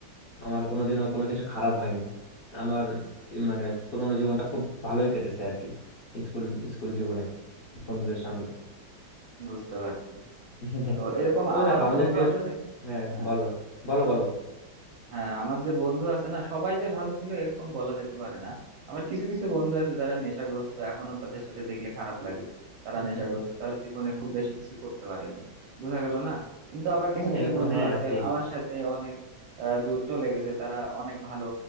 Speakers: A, on the left; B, on the right.
A: আমার কোনোদিনও কোনো কিছু খারাপ হয়নি আমার মানে পুরোনো জীবনটা খুব ভালোই কেটেছে আর কি স্কুল স্কুল জীবনে বন্ধুদের সঙ্গে
B: বুঝতে পারছি
A: <laughs>
B: তো এরকম
A: তবে
B: আমার
A: দেখো আমাদের
B: বন্ধু
A: যে
B: আসলে
A: হ্যাঁ
B: হ্যাঁ
A: বলো বলো বলো
B: হ্যাঁ আমার যে বন্ধু আছে না সবাই যে ভালো ছিল এরকম বলা যেতে পারে না আবার কিছু কিছু বন্ধু আছে যারা নেশাগ্রস্ত এখনো তাদের সাথে দেখলে খারাপ লাগে তারা
A: <laughs>
B: নেশাগ্রস্ত তারা জীবনে খুব বেশি কিছু করতে পারেনি বোঝা গেল না কিন্তু আবার
A: হ্যাঁ
B: কিছু কিছু
A: এরকম
B: বন্ধু
A: হ্যাঁ
B: আছে
A: আছেই
B: আমার সাথে অনেক আহ, দূর চলে গেছে তারা অনেক ভালো